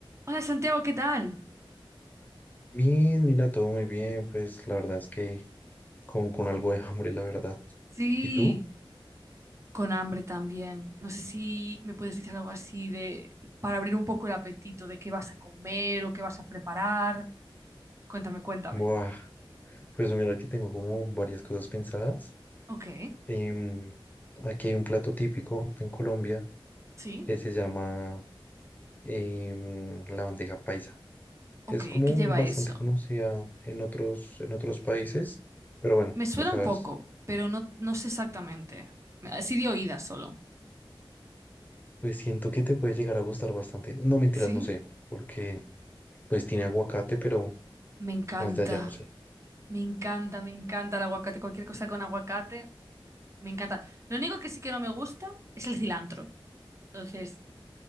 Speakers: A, on the right; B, on the left.
A: Hola Santiago, ¿qué tal?
B: Bien, mira, todo muy bien, pues la verdad es que como con algo de hambre, la verdad.
A: Sí,
B: ¿Y tú?
A: con hambre también. No sé si me puedes decir algo así de para abrir un poco el apetito de qué vas a comer o qué vas a preparar. Cuéntame, cuéntame.
B: Buah, pues mira que tengo como varias cosas pensadas.
A: Ok,
B: Em, aquí hay un plato típico en Colombia
A: sí.
B: que se llama em, la bandeja paisa.
A: Ok,
B: Es como
A: ¿qué lleva
B: bastante
A: eso?
B: conocida en otros, en otros países, pero bueno,
A: Me suena
B: o sea,
A: un poco,
B: es-
A: pero no, no sé exactamente. Así de oídas solo.
B: pues siento que te puede llegar a gustar bastante. No, mentiras,
A: Sí,
B: no sé, porque pues tiene aguacate, pero
A: me encanta.
B: más de allá no sé.
A: Me encanta, me encanta el aguacate. Cualquier cosa con aguacate, me encanta. Lo único que sí que no me gusta es el cilantro. Entonces,